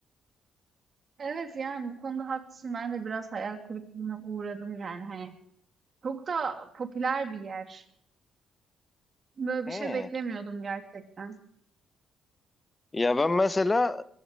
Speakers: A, on the right; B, on the left.
A: Evet yani bu konuda haklısın. Ben de biraz hayal kırıklığına uğradım yani hani. Çok da popüler bir yer. Böyle bir
B: Hı.
A: şey beklemiyordum gerçekten.
B: Ya ben mesela